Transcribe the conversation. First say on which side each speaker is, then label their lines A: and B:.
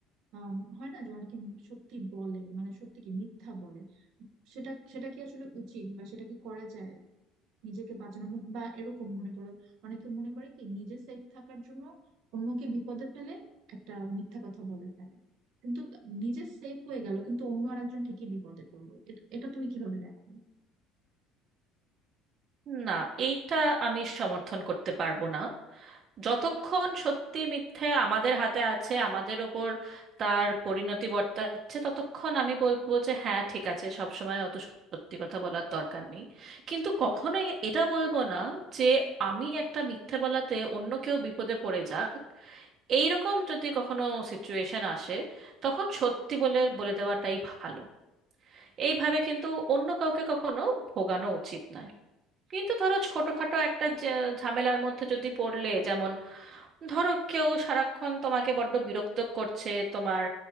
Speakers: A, on the right (about 70°); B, on the right (about 40°).
A: আম, হয় না যে অনেকে সত্যি বলে মানে সত্যি কি মিথ্যা বলে সেটা সেটা কি আসলে উচিত বা সেটা কি করা যায় নিজেকে বাঁচানো মু- বা এরকম মনে করো অনেকে মনে করে কি নিজে সেফ থাকার জন্য অন্যকে বিপদে ফেলে একটা মিথ্যা কথা বলে ফেলে কিন্তু ত- নিজে সেফ হয়ে গেল কিন্তু অন্য আরেকজন ঠিকই বিপদে পড়লো এটা এটা তুমি কিভাবে দেখো
B: না এইটা আমি সমর্থন করতে পারবো না যতক্ষণ সত্যি মিথ্যে আমাদের হাতে আছে আমাদের ওপর তার পরিণতি বর্তাচ্ছে ততক্ষণ আমি বলবো যে হ্যাঁ ঠিক আছে সব সময় অত সত্যি কথা বলার দরকার নেই কিন্তু কখনোই এটা বলবো না যে আমি একটা মিথ্যে বলাতে অন্য কেউ বিপদে পড়ে যাক এইরকম যদি কখনো সিচুয়েশন আসে তখন সত্যি বলে বলে দেওয়াটাই ভালো এইভাবে কিন্তু অন্য কাউকে কখনো ভোগানো উচিত নয় কিন্তু ধরো ছোটখাটো একটা ঝা- ঝামেলার মধ্যে যদি পড়লে যেমন ধরো কেউ সারাক্ষণ তোমাকে বড্ড বিরক্ত করছে তোমার